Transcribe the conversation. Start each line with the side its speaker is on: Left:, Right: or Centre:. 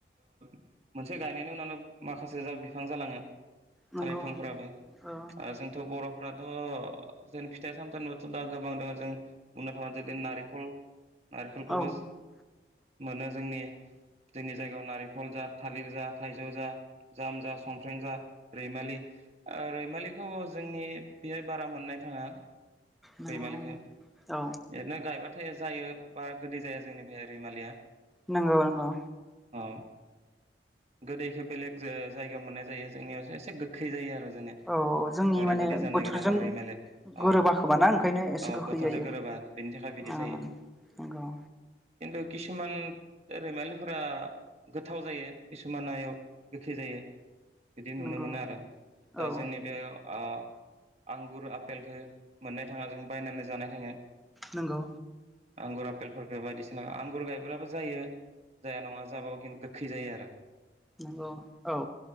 Right: <unintelligible> मोनसे गायनायनि उनावनो माखासे जा बिफां जालाङो <inaudible> थालिरफांफोराबो
Centre: नंगौ औ
Right: आरो जोंथ' बर' फोराथ' जों फिथाइ सामथाइथ' दा गोबां दङ जों बुंनो थाङा जों नारें खल नारेंखौबो
Centre: औ उम
Right: मोनो जोंनि जोंनि जायगायाव नारेंखल जा थालिर जा थाइजौ जा जाम जा सम रेंजा रैमालि ओ रैमालिखौ जोंनि बेहाय बारा मोननाय थाङा
Centre: नंगौ
Right: रैमालिखौ
Centre: औ
Right: ओरैनो गायबा थाय जायो बारा गोदै जाया जोंनि बेहाय रैमालिया
Centre: नोंगौ नोंगौ
Right: अ गोदैखो बेलेग जाय जायगायाव मोननाय जायो जोंनियावसो एसे गोखै जायो आरो जोंनिया
Centre: औ जोंनि
Right: बारा
Centre: माने
Right: गोदै जानो
Centre: बोथोरजों
Right: नागिरा ओरै माले अ
Centre: गोरोबाखोबाना ओंखायनो एसे
Right: अ
Centre: गोखै
Right: बोथोरजों
Centre: जायो
Right: गोरोबा
Centre: ओ
Right: बेनि थाखाय बिदि जायो
Centre: नोंगौ
Right: खिन्थु किसुमान रैमालिफोरा गोथाव जायो किसुमानायाव गोखै जायो बिदि नुनो
Centre: नंगौ
Right: मोनो आरो दा
Centre: औ
Right: जोंनि बे ओ आंगुर आफपेलखौ मोननाय थाङा जों बायनानै जानाय था
Centre: नंगौ
Right: आंगुर आपेलफोरखौ बायदिसि ओ आंगुर गायब्लाबो जायो जाया नङा जाबाफिन गोखै जायो आरो
Centre: नंगौ औ